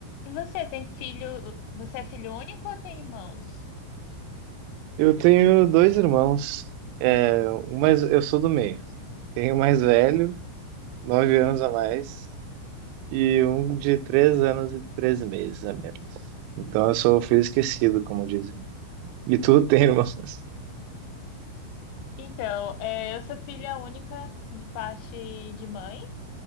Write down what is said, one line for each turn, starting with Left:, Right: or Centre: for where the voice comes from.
Left: E você tem filho? Você é filho único ou tem irmãos?
Right: Eu tenho dois irmãos. É, um mais, eu sou do meio. Tenho um mais velho, nove anos a mais, e um de três anos e três meses a menos. Então eu sou o filho esquecido, como dizem. E tu tem irmãos? <laughs>
Left: Então, é, eu sou filha única de parte de mãe,